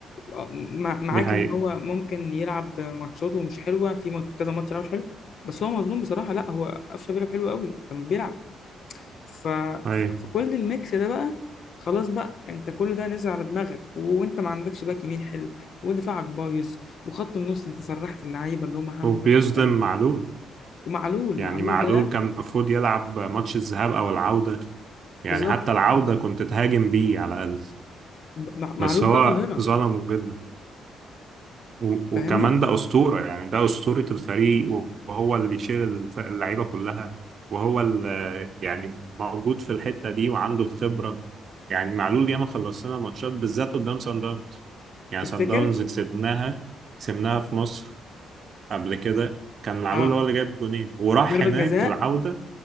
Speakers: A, on the left; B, on the right.
A: آه، مع- معاك
B: دي حقيقة
A: ان هو ممكن يلعب ماتشاته مش حلوه في مات- كذا ماتش يلعب مش حلو بس هو مظلوم بصراحه لا هو قفشه بيلعب حلو قوي لما بيلعب ف... ف-
B: ايوه
A: فكل الميكس ده بقى خلاص بقى انت كل ده نزل على دماغك وانت ما عندكش باك يمين حلو ودفاعك بايظ وخط النص انت سرحت اللعيبه اللي هم حمدي
B: وبيظلم
A: فتحي وقلي
B: معلول
A: ومعلول
B: يعني
A: معلول
B: معلول
A: ده
B: كان المفروض يلعب ماتش الذهاب او العودة يعني
A: بالظبط
B: حتى العودة كنت تهاجم بيه على الأقل
A: ب- مع- معلول
B: بس هو
A: ده ظاهره
B: ظلمه جدا و- وكمان
A: فاهمني
B: ده أسطورة يعني ده أسطورة الفريق وهو اللي بيشيل الف- اللعيبة كلها وهو اللي يعني موجود في الحتة دي وعنده الخبرة يعني معلول ياما خلصنا ماتشات بالذات قدام سان داونز يعني
A: تفتكر
B: سان داونز كسبناها كسبناها في مصر قبل كده كان معلول
A: اه
B: هو اللي جايب جونين وراح
A: ضربة
B: هناك
A: جزاء
B: العودة